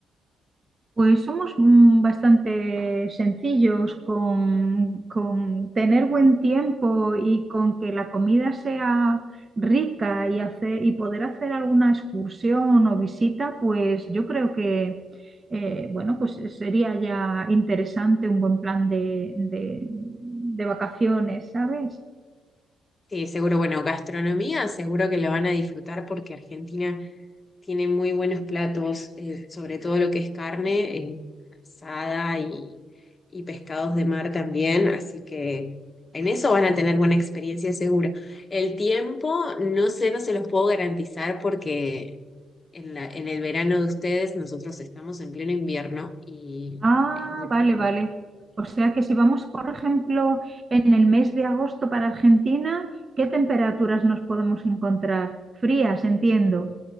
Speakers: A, on the right; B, on the left.
A: Pues somos mm, bastante sencillos con, con tener buen tiempo y con que la comida sea rica y, hacer, y poder hacer alguna excursión o visita, pues yo creo que eh, bueno, pues sería ya interesante un buen plan de, de de vacaciones, ¿sabes?
B: Sí, seguro, bueno, gastronomía seguro que la van a disfrutar porque Argentina tiene muy buenos platos, eh, sobre todo lo que es carne, eh, asada y, y pescados de mar también, así que en eso van a tener buena experiencia segura. El tiempo, no sé, no se los puedo garantizar porque en la, en el verano de ustedes nosotros estamos en pleno invierno y
A: Ah,
B: es muy
A: vale,
B: frío.
A: vale. O sea que si vamos, por ejemplo, en el mes de agosto para Argentina, ¿qué temperaturas nos podemos encontrar? Frías, entiendo.